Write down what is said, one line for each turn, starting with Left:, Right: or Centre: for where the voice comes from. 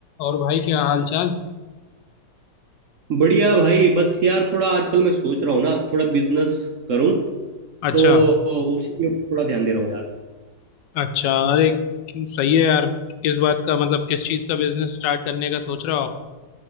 Left: और भाई क्या हाल चाल
Right: बढ़िया भाई बस यार थोड़ा आजकल मैं सोच रहा हूँ ना थोड़ा बिजनेस करूँ
Left: अच्छा
Right: तो उसी के ऊपर थोड़ा ध्यान दे रहा हूँ यार
Left: अच्छा अरे क्यों- सही है यार किस बात का मतलब किस चीज़ का बिजनेस स्टार्ट करने का सोच रहे हो आप